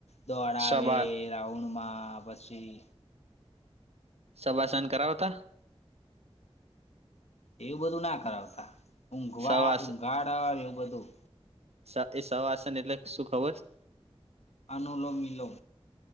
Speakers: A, on the left (about 85°); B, on the right (about 75°).
A: દોડાવે.
B: શબા
A: ગ્રાઉન્ડ માં પછી
B: સવાસન કરાવતા.
A: એવું બધું ના કરાવતા ઊંઘવા
B: સવાસ
A: ઊંઘાડર એવું બધું.
B: <unintelligible> સવાસન એટલે શું ખબર છે?
A: અનુલોમમીલો